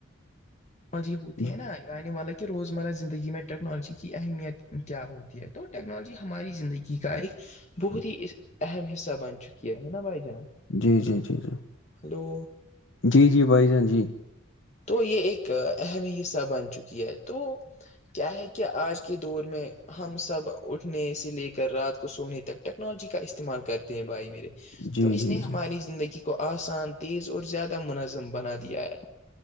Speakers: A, on the left (about 35°); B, on the left (about 65°).
A: مجی ہوتی
B: جی
A: ہے نا والا کہ روزمرہ زندگی میں ٹیکنالوجی کی اہمیت کیا ہوتی ہے تو ٹیکنالوجی ہماری زندگی کا ایک بہت ہی اہم حصہ بن چکی ہے ہے نا بھائی جان
B: جی جی جی جی
A: ہلو
B: جی جی بھائی جان جی
A: تو یہ ایک اہمی ہی حصہ بن چکی ہے تو کیا ہے کہ آج کی دور میں ہم سب اٹھنے سے لے کر رات کو سونے تک ٹیکنالوجی کا استعمال کرتے ہیں بھائی میرے
B: جی
A: تو اس
B: جی
A: نے
B: جی
A: ہماری زندگی کو آسان تیز اور زیادہ منظم بنا دیا ہے